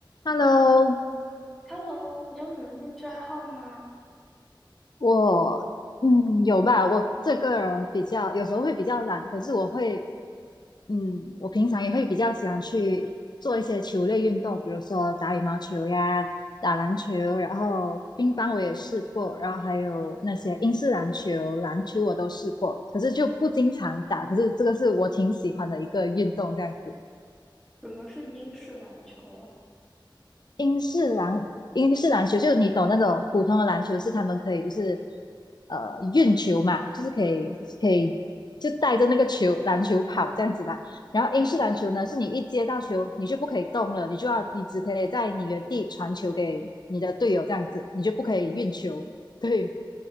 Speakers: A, on the left (about 55°); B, in the centre.
A: Hello，
B: Hello，你有什么兴趣爱好吗？
A: 我嗯有吧，我这个人比较有时候会比较懒，可是我会嗯，我平常也会比较喜欢去做一些球类运动，比如说打羽毛球呀、打篮球，然后乒乓我也试过，然后还有那些英式篮球、篮球我都试过，可是就不经常打，可是这个是我挺喜欢的一个运动，这样子。
B: 什么是英式篮球啊？
A: 英式篮英式篮球，就是你懂那种普通的篮球，是他们可以就是呃运球嘛，就是可以可以就带着那个球篮球跑这样子吧。然后英式篮球呢，
B: 嗯，
A: 是你一接到球你就不可以动了，你就要你只可以在你原地传球给你的队友这样子，你就不可以运球。对